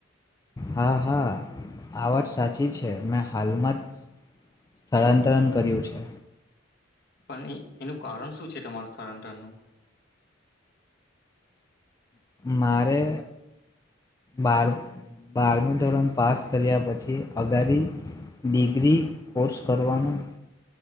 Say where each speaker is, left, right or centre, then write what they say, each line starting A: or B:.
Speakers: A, on the left; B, on the left.
A: હા હા આ વાત સાચી છે મેં હાલમાં જ સ્થળાંતરણ કર્યું છે.
B: પણ એનું કારણ શું છે તમાર સ્થળાંતરનું.
A: મારે. બાર બારમી ધોરણ પાસ કર્યા પછી અગારી ડિગ્રી કોર્સ કરવાનું.